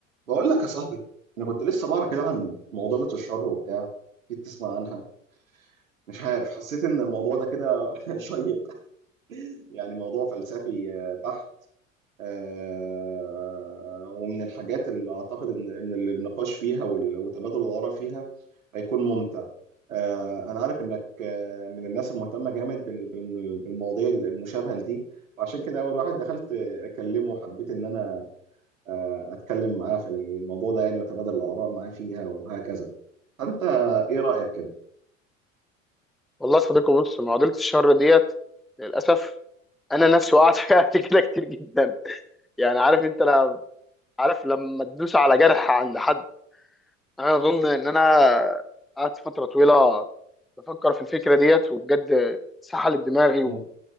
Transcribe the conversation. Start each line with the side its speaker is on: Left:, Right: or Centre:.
Right: بقول لك يا صاحبي انا كنت لسه بقرا كده عن معضله الشر وبتاع جيت تسمع عنها مش عارف حسيت ان الموضوع ده كده <laughs> شيق يعني موضوع فلسفي آه، بحت آه، ومن الحاجات اللي اعتقد ان ان النقاش فيها وال- وتبادل الاراء فيها هيكون ممتع آه، انا عارف انك آه، من الناس المهتمه جامد بال- بال- بالمواضيع المشابهه لدي وعشان كده اول واحد دخلت اكلمه وحبيت ان انا آه، اتكلم معاه في الموضوع ده يعني واتبادل الاراء معاه فيها وهكذا فانت ايه رايك كده
Centre: والله يا صديقي بص معضله الشر ديت للاسف انا نفسي وقعت <laughs> فيها قبل كده كتير جدا يعني عارف انت لا عارف لما تدوس على جرح عند حد انا اظن ان انا قعدت فتره طويله بفكر في الفكره ديت وبجد سحلت دماغي
Right: مم،
Centre: و...